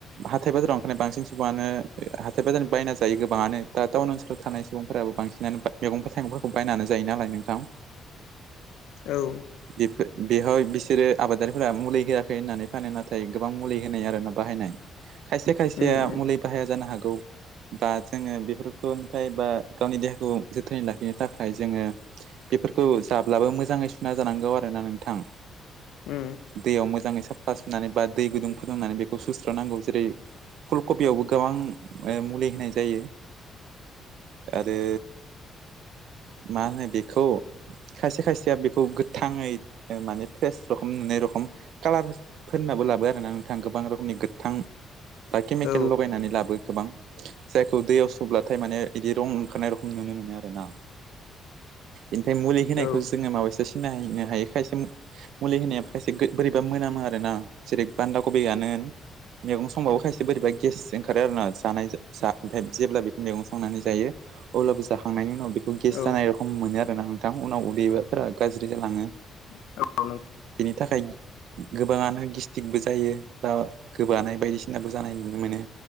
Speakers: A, on the right; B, on the left.
A: हाथाय बाजाराव ओंखायनो बांसिन सुबुङानो हाथाय बाजारनि बायना जायो गोबाङानो दा टाउन ओनसोलाव थानाय सुबुंफोराबो बांसिनानो मैगंफोर थाइगंफोरखौ बायनानै जायो नालाय नोंथां
B: औ
A: बेफोर बेहाय बिसोरो आबादारिफोरा मुलि होआखै होननानै फानो नाथाय गोबां मुलि होनाय आरो ना बाहायनाय खायसे खायसेया
B: उम उम
A: मुलि बाहाया जानो हागौ दा जोङो बेफोरखौनिफ्राय बा गावनि देहाखौ जोथोनै लाखिनो थाखाय जोङो बेफोरखौ जाब्लाबो मोजाङै सुना जानांगौ आरो ना नोंथां
B: उम
A: दैयाव मोजाङै साफा सुनानै बा दै गुदुं फुदुंनानै बेखौ सुस्रा नांगौ जेरै फुल कबियावबो गोबां ओ मुलि होनाय जायो। आरो मा होनो बेखौ खायसे खायसेया बेखौ गोथाङै माने फ्रेस रखम नुनाय रखम कालार फोननाबो लाबो आरोना नोंथां गोबां रोखोमनि गोथां बा केमिकेल
B: औ
A: लगायनानै लाबो गोबां जायखौ दैयाव स्लाथाय माने इदि रं ओंखारनाय रखोम नुनो मोनो आरो ना। इनिफ्राय मुलि होनायखौ
B: औ
A: जोङो माबायसा सिनायनो हायो खायसे मुलि होनाया खायसे गो- बोरैबा मोनामो आरो ना जेरै बान्दाखौबआनो होन मैगं संबाबो खायसे बोरैब गेस ओंखारो आरोना जानाय जा ओमफ्राय जेब्ला बेखौ मैगं संनानै जायो अब्लाबो जाखांनायनि उनाव बेखौ गेस
B: औ
A: जानाय र खम मोनो आरो ना नोंथां उनाव उदैफोरा गाज्रि जालाङो।
B: <unintelligible>
A: बेनि थाखाय गोबाङानो गि थिगबो जायो बा गोबानाय बायदिसिनाबो जानाय नुनो मोनो